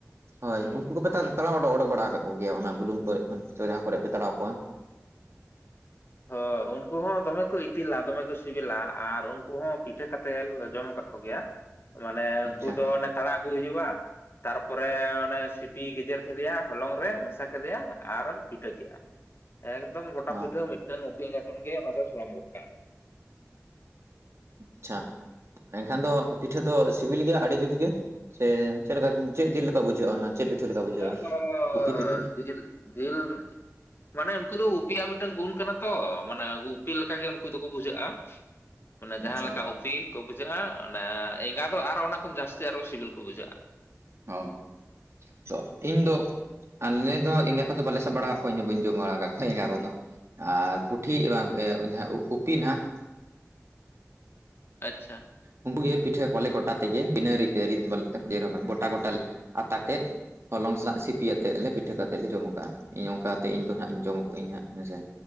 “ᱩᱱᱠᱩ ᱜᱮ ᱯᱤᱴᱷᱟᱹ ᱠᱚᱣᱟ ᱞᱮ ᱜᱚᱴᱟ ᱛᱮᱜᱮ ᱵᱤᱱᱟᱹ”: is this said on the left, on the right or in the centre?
Right